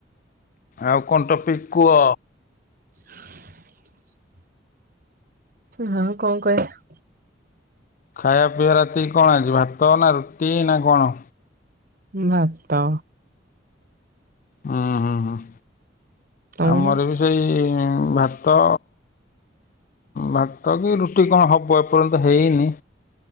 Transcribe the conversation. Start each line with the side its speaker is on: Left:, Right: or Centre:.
Left: ଆଉ କଣ ଟପିକ୍ କୁହ।
Right: <inaudible> ହଁ କଣ କହିବା।
Left: ଖାଇବା ପିଇବା ରାତି କଣ ଆଜି ଭାତ, ନା ରୁଟି ନା କଣ?
Right: ଭାତ।
Left: ହଁ ହଁ- ହଁ
Right: ତମର
Left: ଆମର ବି ସେଇ ଭାତ ଭାତ କି ରୁଟି କଣ ହବ ଏପର୍ଯ୍ୟନ୍ତ ହେଇନି।